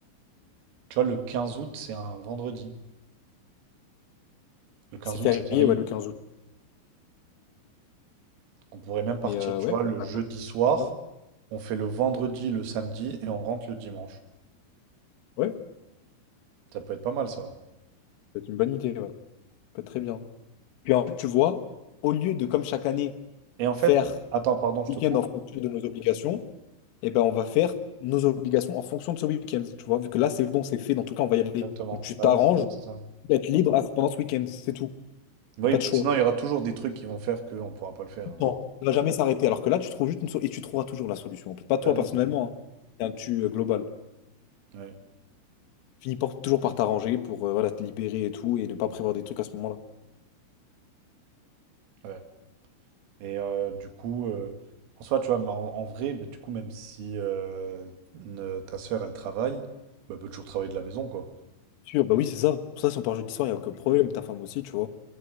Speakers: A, on the right (about 80°); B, on the left (about 80°).
A: Tu vois, le 15 août, c'est un vendredi. Le quinze
B: C'est férié,
A: août, c'est férié.
B: ouais, le quinze août.
A: On pourrait même partir,
B: Mais euh,
A: tu
B: ouais,
A: vois, le
B: on- peut-
A: jeudi soir,
B: ouais,
A: on fait le vendredi, le samedi, et on rentre le dimanche.
B: ouais, ça
A: Ça peut être pas mal, ça.
B: peut être une bonne idée, ouais. Ça peut être très bien. Puis en fait, tu vois, au lieu de, comme chaque année,
A: Et en
B: faire
A: fait, attends, pardon, je
B: week-end
A: te coupe.
B: en fonction de nos obligations, eh ben, on va faire nos obligations en fonction de ce week-end, tu vois. Vu que là, c'est bon, c'est fait. Dans tout cas, on va y aller.
A: Exactement.
B: Donc, tu
A: Ah
B: t'arranges.
A: ouais, c'est ça, c'est ça.
B: être libre à- pendant ce week-end, c'est tout.
A: Oui,
B: Il n'y a pas
A: parce
B: de choix.
A: que sinon, il y aura toujours des trucs qui vont faire qu'on pourra pas le faire. euh.
B: Bon, ça va jamais s'arrêter. Alors que là, tu trouves juste une so- et tu trouveras toujours la solution. en plus. Pas toi
A: Bah
B: personnellement,
A: oui, bah oui.
B: hein. C'est un tu euh, global.
A: Ouais,
B: Finis par- toujours par t'arranger pour euh, voilà, te libérer et tout et ne pas prévoir des trucs à ce moment-là.
A: ouais. Et euh, du coup, euh, en soi, tu vois, mais en, en vrai, bah, du coup, même si euh, ne- ta sœur, elle travaille, bah, elle peut toujours travailler de la maison, quoi.
B: Sûr, bah oui, c'est ça. Pour ça, si on part jeudi soir, il n'y a aucun problème. Ta femme aussi, tu vois.